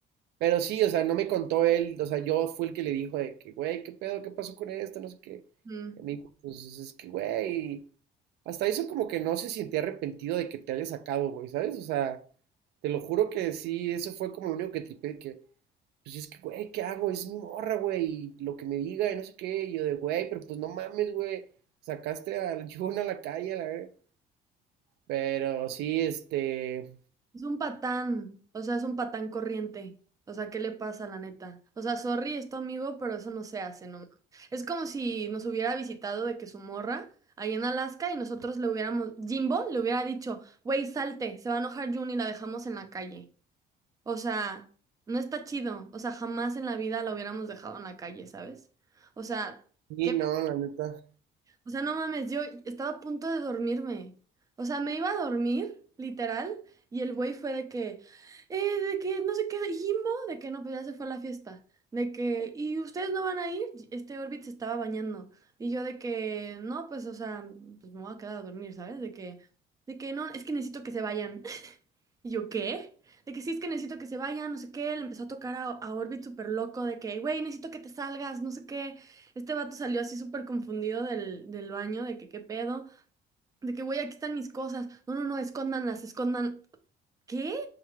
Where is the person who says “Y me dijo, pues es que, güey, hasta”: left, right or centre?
Right